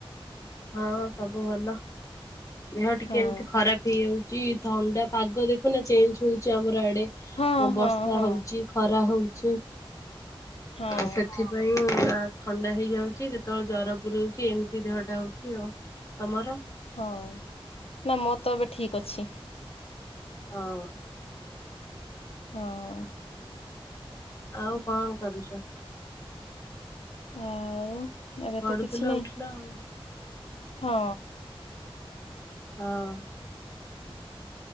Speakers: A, on the left; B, on the left.
A: ହଁ ସବୁ ଭଲ। ଦେହ ଟିକେ
B: ହଁ
A: ଏମତି ଖରାପ ହେଇଯାଉଚି। ଥଣ୍ଡା ପାଗ ଦେଖୁନା ଚେଞ୍ଜ ହଉଚି ଆମର ଆଡେ
B: ହଁ ହଁ
A: ବର୍ଷା
B: ହଁ
A: ହଉଚି। ଖରା ହଉଚି
B: ହଁ
A: ଆଉ ସେଥି ପାଇଁ ଥଣ୍ଡା ହେଇଯାଉଚି ଯେତେବେଳେ ଜର ପୁରଉଚି ଏମତି ଦେହଟା ହ ଉଚି ଆଉ ତମର?
B: ହଁ ନାଁ ମୋର ତ ଏବେ ଠିକ ଅଛି।
A: ହଁ।
B: ହଁ
A: ଆଉ କଣ କରୁଚ?
B: ଆଉ ଏବେ
A: ଗଡୁଥିଲ
B: ତ କିଛି ନାହିଁ
A: ଉଠିଲ ଆଉ।
B: ହଁ
A: ହଁ